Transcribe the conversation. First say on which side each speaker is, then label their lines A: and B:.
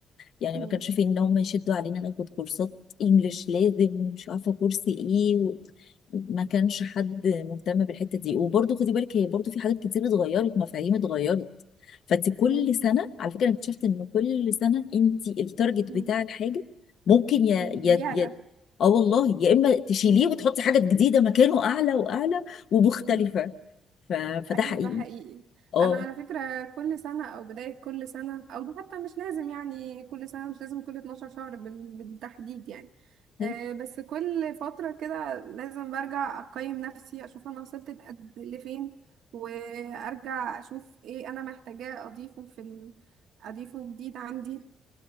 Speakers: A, on the left; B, on the right.
A: يعني
B: مم.
A: ما كانش في ان هم يشدوا علينا ناخد كورسات انجليش لازم ومش عارفه كورس ايه و... ما كانش حد مهتم بالحته دي وبرضه خدي بالك هي برضه في حاجات كتير اتغيرت مفاهيم اتغيرت فانت كل
B: مم.
A: سنه على فكره أنا اكتشفت ان كل سنه انت التارجت
B: مم.
A: بتاع الحاجه ممكن يا
B: مم.
A: يا
B: بيعلى
A: يا اه والله يا اما تشيليه
B: مم.
A: وتحطي حاجه جديده مكانه اعلى واعلى ومختلفه
B: مم.
A: ف... فده
B: ايوه
A: حقيقي
B: ده حقيقي
A: اه
B: انا على فكره كل سنه او بدايه كل سنه او حتى مش لازم يعني كل سنه مش لازم كل 12 شهر بال- بالتحديد يعني
A: طيب،
B: آه، بس كل فتره كده لازم برجع اقيم نفسي اشوف انا وصلت لقد- لفين وارجع اشوف ايه انا محتاجاه اضيفه في ال... اضيفه جديد عندي